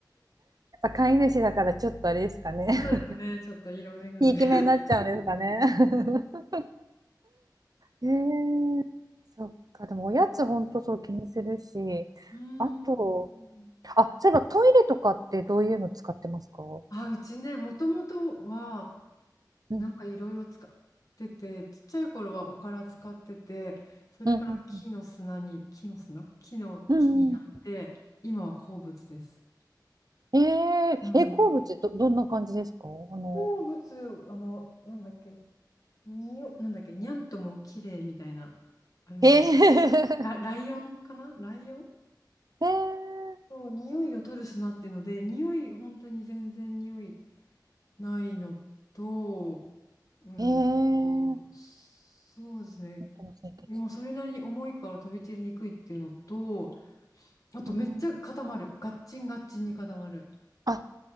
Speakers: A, on the right; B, on the left.
A: 飼い主だからちょっとあれですかね。
B: そうですね、ちょっと色眼鏡で
A: ひいき目になっちゃうんですかね。<laughs> へーそっか、でもおやつほんとそう気にするし、
B: うーん。
A: あと、あ、そういえばトイレとかってどういうの使ってますかう
B: あ、うちね、もともとは、
A: ん、
B: なんかいろいろ使ってて、ちっちゃい頃はおから使ってて、それから木の砂に、
A: うん、うん、うん。
B: 木の砂木の木になって、
A: うん
B: 今は鉱物です。
A: えー、
B: うん。
A: え、鉱物ど、どんな感じですかあの、
B: 鉱物、あの、なんだっけ、にお、なんだっけ、にゃんとも綺麗みたいな、ありますよね
A: へえ、<laughs>
B: ラ、ライオンかなライオン
A: へえ、
B: そう、匂いを取る砂っていうので、匂い、本当に全然匂いないのと、うんと、
A: へえ、
B: そうですね。
A: あとの清潔。
B: 今、それなりに重いから飛び散りにくいっていうのと、あと、
A: うん、
B: めっちゃ固まる。ガッチンガッチンに固まる。
A: あ、